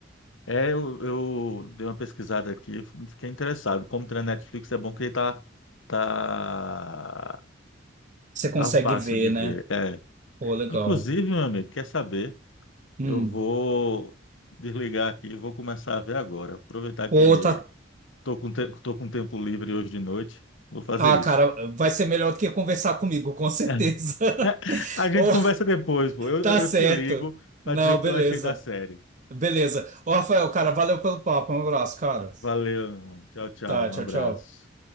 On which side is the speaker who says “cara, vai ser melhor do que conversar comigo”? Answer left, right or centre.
Right